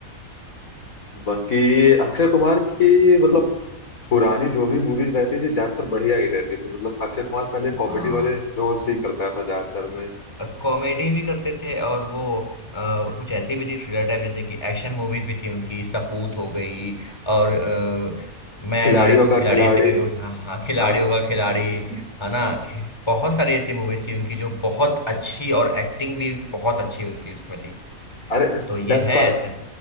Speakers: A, on the left; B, on the left.
A: बाकी अक्षय कुमार की मतलब पुरानी जो भी मूवीज रहती थी ज्यादातर बढ़िया ही रहती थी मतलब अक्षय कुमार पहले कॉमेडी
B: हाँ
A: वाले रोल्स ही करता था ज्यादातर में
B: कॉमेडी भी करते थे और वो अ, कुछ ऐसी भी थी थ्रिलर टाइप जैसे कि एक्शन मूवीज भी थी उनकी सपूत हो गई और अ, मैं
A: खिलाड़ियों
B: नारी तू
A: का
B: खिलाड़ी
A: खिलाड़ी
B: ऐसे करके कुछ हाँ हाँ खिलाड़ी
A: हाँ
B: होगा खिलाड़ी
A: खिलाड़ी
B: है ना
A: हाँ
B: खे- बहुत सारी ऐसी मूवीज थी उनकी जो बहुत अच्छी और एक्टिंग भी बहुत अच्छी उनकी उसमें थी
A: अरे
B: तो ये
A: दस
B: है
A: साल
B: ऐसा